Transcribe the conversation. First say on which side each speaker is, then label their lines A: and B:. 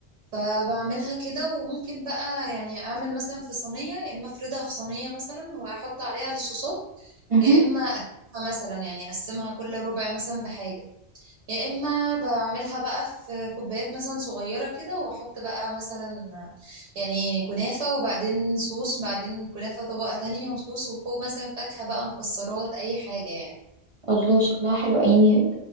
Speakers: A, on the right; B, on the right.
A: فبعملها كده وممكن بقى يعني اعمل مثلا في صينية يا اما افردها في صينية مثلا واحط عليها الصوصات
B: اها
A: يا اما اقسمها مثلا يعني اقسمها كل ربع مثلا بحاجة يا اما بعملها بقى في كوبايات مثلا صغيره كده واحط بقى مثلا يعني كنافه وبعدين صوص بعدين كنافه طبقه تانية وصوص وفوق مثلا فاكهه بقى مكسرات اي حاجه يعني
B: الله شكلها حلو عيني